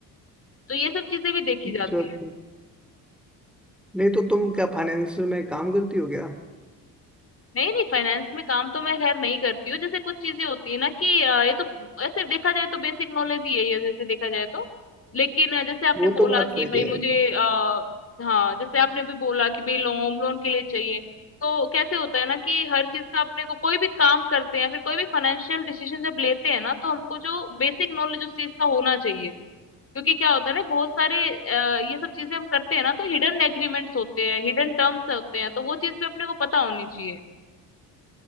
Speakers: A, on the left; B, in the centre.
A: तो ये सब चीजें भी देखी
B: अच्छा
A: जाती
B: अच्छा
A: है
B: नहीं तो तुम क्या फाइनेंस में काम करती हो क्या
A: नहीं नहीं फाइनेंस में काम तो मैं खैर नहीं करती हूँ जैसे कुछ चीजें होती है ना कि अ, ये तो ऐसे देखा जाए तो बेसिक नॉलेज ही है ये, जैसे देखा जाए तो लेकिन अ, जैसे आपने
B: वो
A: बोला
B: तो बात
A: कि
B: सही
A: भाई मुझे
B: है
A: आ, हाँ जैसे आपने अभी बोला कि भाई लोन होम लोन के लिए चाहिए तो कैसे होता है ना कि हर चीज का अपने को कोई भी काम करते हैं या फिर कोई भी फाइनेंशियल डिसीजन जब लेते हैं ना तो हमको जो बेसिक नॉलेज उस चीज का होना चाहिए क्योंकि क्या होता है ना बहुत सारे अ, ये सब चीजें हम करते हैं ना तो हिडन एग्रीमेंट्स होते हैं हिडन टर्म्स होते हैं तो वो चीज भी अपने को पता होनी चाहिए